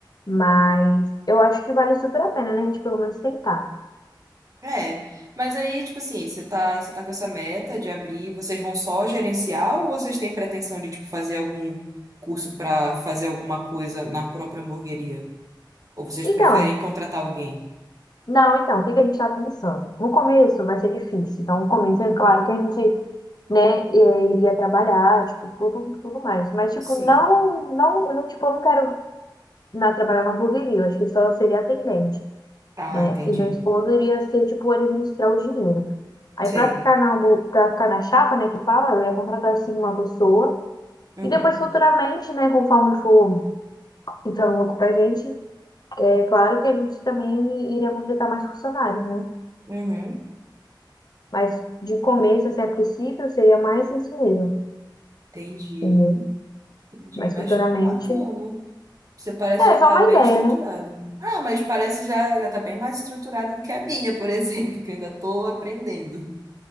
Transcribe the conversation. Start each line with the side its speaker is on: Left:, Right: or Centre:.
Left: Mas eu acho que vale super a pena, né? A gente pelo menos tentar.
Right: É. Mas aí, tipo assim, você tá, você tá com essa meta de abrir, vocês vão só gerenciar ou vocês têm pretensão de, tipo, fazer algum curso pra fazer alguma coisa na própria hamburgueria? Ou vocês
Left: Então,
Right: preferem contratar alguém?
Left: não, então, o que que a gente tá pensando? No começo vai ser difícil. Então, no começo, é claro que a gente né, eh, iria trabalhar, tipo, tudo, tudo mais. Mas, tipo,
Right: Sim.
Left: não, não, não, tipo, eu não quero na trabalhar não poderia, eu acho que só seria atendente,
Right: Ah,
Left: né?
Right: entendi.
Left: E meu esposo iria ser, tipo, administrar o dinheiro. Aí,
Right: Sei.
Left: pra ficar na, ambu- pra ficar na chapa, né, que fala, eu ia contratar, assim, uma pessoa.
Right: Uhum.
Left: E depois, futuramente, né, conforme for entrando lucro pra gente, é claro que a gente também iria contratar mais funcionários, né?
Right: Uhum.
Left: Mas, de começo, se é preciso, seria mais isso mesmo,
Right: Entendi.
Left: entendeu?
Right: Entendi.
Left: Mas,
Right: Mas
Left: futuramente...
Right: bacana. Você parece
Left: É,
Right: já estar
Left: só uma
Right: bem
Left: ideia,
Right: estruturado.
Left: né?
Right: né? Ah, mas parece já já tá bem mais estruturada do que a minha, por <laughs> exemplo, que eu ainda estou aprendendo.